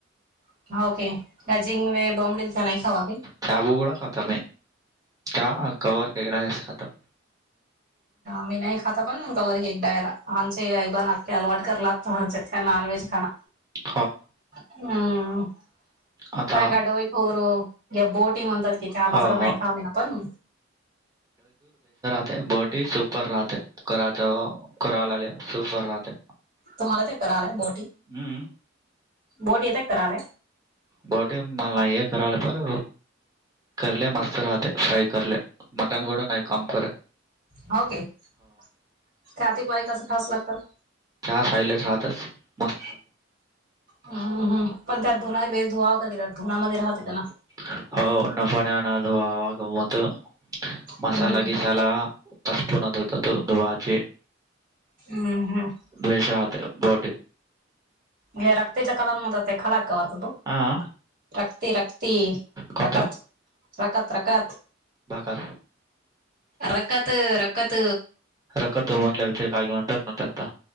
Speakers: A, on the right; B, on the right.
A: <unintelligible>
B: चाबू क खातम आहे चहा कववर केगडा आहेस खातम.
A: मी नाही खाताकण इकववर ए एकगडायदा हंचे अई बाबा नाक्की अलवाट करलां नानवज खा.
B: <inaudible>
A: हम्म
B: आता
A: पंगडेोय खर. या बोटी म्हणतात कि ख्या
B: हो,
A: मात्र नाही
B: हो.
A: खा म ना पण
B: ते बोटी सुपर राहते कराात कराला लि सुपर राहते.
A: तुम्हाला ते करालाय बोटी
B: हम्.
A: बोट येते कराले.
B: बोटी मनलाे कले पर करले मस्त राहते फ्राई करले. मटन क ना कामपर
A: होके त्या हतीपारी कस ठास लागतात.
B: च फयलेट राहतच मस्त.
A: हम्मम पण त्यात धुना बेस धुवावं का कि त्यात धुनामध्येध्ये राहते त्याना
B: हो न पाणी आण आवा गमत
A: हम्म
B: मसाला गसाला कष्ट नातात द वाचेे
A: हम्म हम्म
B: द्वेषहात बोट.
A: हे रक्तीच्या कलान म ते खलाक वरत
B: हां.
A: रक्ती रक्ती
B: कोणता?
A: प्रकत रकत रकत
B: भाकर.
A: रखत रखत
B: तो म्हन ला काय म्हातता.